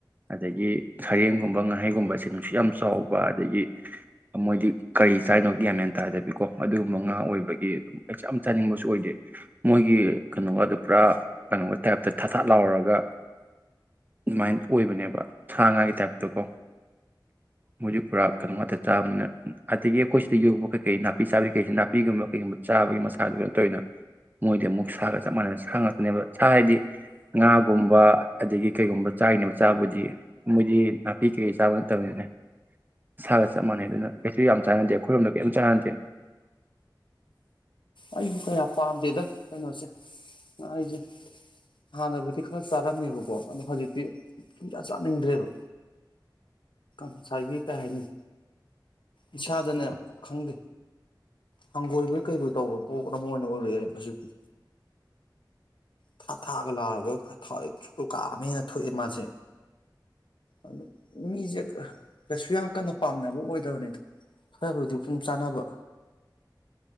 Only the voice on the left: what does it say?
ꯑꯩꯁꯨ ꯀꯌꯥ ꯄꯥꯝꯗꯦꯗ ꯀꯩꯅꯣꯁꯦ ꯑꯩꯁꯦ ꯍꯥꯟꯅꯕꯨꯗꯤ ꯈꯔ ꯆꯥꯔꯝꯃꯦꯕꯀꯣ ꯑꯗꯣ ꯍꯧꯖꯤꯛꯇꯤ ꯁꯨꯡꯖꯥ ꯆꯥꯅꯤꯡꯗ꯭ꯔꯦꯕ ꯉꯁꯥꯏꯒꯤ ꯀꯩ ꯍꯥꯏꯅꯤ ꯏꯁꯥꯗꯅꯦ ꯈꯪꯗꯦ ꯍꯪꯒꯣꯏꯕꯩ ꯀꯩꯕꯩ ꯇꯧꯕ ꯄꯣꯠ ꯑꯃ ꯑꯣꯏꯅ ꯑꯣꯏꯔꯛꯑꯦꯕ ꯍꯧꯖꯤꯛꯇꯤ ꯊꯥ ꯊꯥꯒ ꯂꯥꯔꯒ ꯈꯔ ꯊꯋꯥꯏ ꯀꯥꯅ ꯊꯣꯛꯑꯦ ꯃꯥꯁꯦ ꯑꯗꯨ ꯃꯤꯁꯦ ꯀꯩꯁꯨ ꯌꯥꯝ ꯀꯟꯅ ꯄꯥꯝꯅꯕ ꯑꯣꯏꯗꯕꯅꯤꯗ ꯐꯔꯕꯨꯗꯤ ꯑꯗꯨꯝ ꯆꯥꯅꯕ